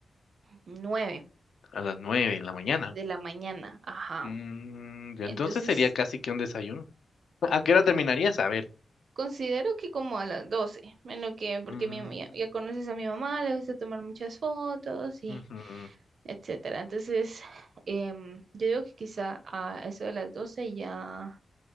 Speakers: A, on the right; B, on the left.
A: nueve
B: A las nueve de la mañana.
A: de la mañana. Ajá.
B: Mm, ya
A: Entonces,
B: entonces sería casi que un desayuno. ¿A qué hora terminarías? A ver.
A: considero que como a las 12, menos que porque
B: Mm,
A: mi, ya, ya conoces a mi mamá, le gusta tomar muchas fotos y
B: ujú.
A: etcétera. Entonces, em, yo digo que quizá a eso de las 12 ya